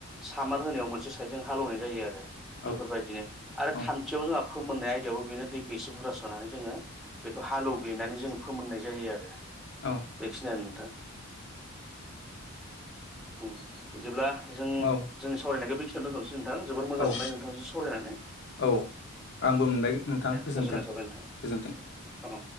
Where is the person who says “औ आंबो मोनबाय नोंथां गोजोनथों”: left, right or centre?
Left